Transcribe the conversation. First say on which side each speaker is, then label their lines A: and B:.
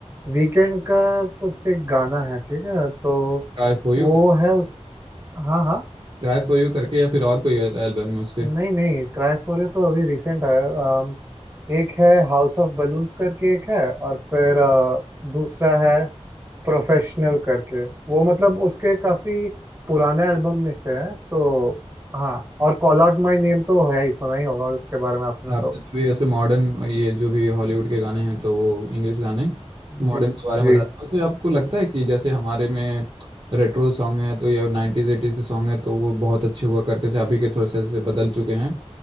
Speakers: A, on the right; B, on the right.
A: वीकेंड का कुछ एक गाना है ठीक है तो
B: Cry for you
A: वो है उस हाँ हाँ
B: cry for you करके या फिर और कोई एल्बम है उसके
A: नहीं नहीं क्राइफोरियो तो अभी रिसेंट आया है। अम, एक है हाउस ऑफ बलून्स करके एक है और फिर अ, दूसरा है प्रोफेशनल करके वो मतलब उसके काफी पुराने एल्बम में से है तो हाँ और कॉल आउट माय नेम तो है ही सुना ही होगा उसके बारे में आपने
B: आपने
A: तो
B: तो भी ऐसे मॉडर्न ये जो भी हॉलीवुड के गाने हैं तो वो इंग्लिश गाने मॉडर्न
A: जी
B: के बारे में
A: जी
B: बताते हैं वैसे आपको लगता है कि जैसे हमारे में रेट्रो सॉन्ग है तो ये नाइन्टीज एटीज के सॉन्ग है तो वो बहुत अच्छे हुआ करते थे अभी के थोड़े से ऐसे बदल चुके हैं